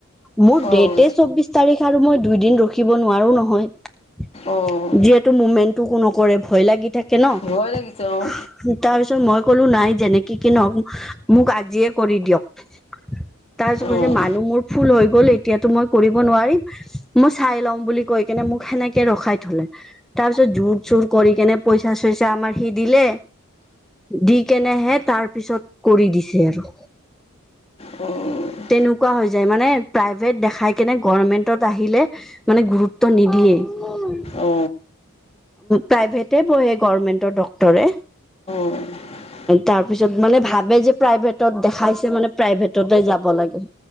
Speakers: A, in the centre; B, on the left.
A: মোৰ
B: অঁ
A: ডেটে চৌবিশ তাৰিখ আৰু মই দুই দিন ৰ ৰখিব নোৱাৰো নহয়,
B: অঁ অঁ
A: যিহেতু মুমেন্টটো নকৰে ভয় লাগি থাকে। কে ন
B: ভয় লাগিছে অঁ
A: তাৰ পিছত মই ক'লো নাই যেনেকি কি নহ‌ওক মোক আজিয়ে কৰি দিয়ক। তাৰ পিছত কৈছে
B: অঁ
A: যে মানুহ মোৰ ফুল হৈ গ'ল, এতিয়াতো মই কৰিব নোৱাৰিম মই ঠাই ল'ম বুলি কৈ কেনে মোক সেনেকে ৰখাই থঁলে তাঁৰ পিছত জোৰ জোৰ কৰি কেনে পইচা চইচা আমাৰ সি দিলে দি কেনেহে তাৰ পিছত কৰি দিছে আৰু
B: অ'
A: তেনেকুৱা হৈ যায় মানে প্ৰাইভেট দেখাই কেনে গৰ্মেন্তত আহিলে। মানে গুৰুত্ব নিদিয়ে।
B: অঁ
A: প্ৰাইভেটে পঢ়ে গৰ্মেন্তৰ ডক্তৰে
B: <unintelligible>
A: তাৰ পিছত মানে ভাবে যে প্ৰাইভেটত দেখাইছে মানে প্ৰাইভেটতে যাব লাগে।